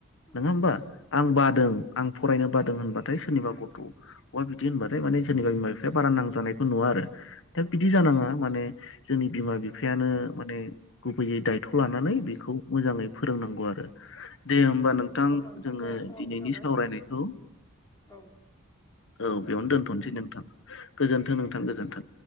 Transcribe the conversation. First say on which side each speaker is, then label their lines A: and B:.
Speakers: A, on the left; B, on the left.
A: नङा
B: औ
A: होमबा आं
B: औ
A: बादों आं फरायनो बादों होनबाथाय सोरनिबा गथ' बा बिदि होनबाथाय माने सोरनिबा बिमा बिफाया बारा नांजानायखौ नुवा आरो दा
B: औ
A: बिदि जानाङा माने जोंनि बिमा बिफायानो माने गुबैयै दायथ' लानानै
B: औ
A: बेखौ मोजाङै फोरोंनांगौ आरो दे होमबा
B: अब्ला
A: नोंथां
B: अब्ला
A: जोङो
B: जोंहा समाबो
A: दिनैनि
B: जाबाय
A: सावरायनायखौ
B: औ
A: औ बेयावनो दोनथ'नोसै नोंथां गोजोन्थों नोंथां गोजोनथों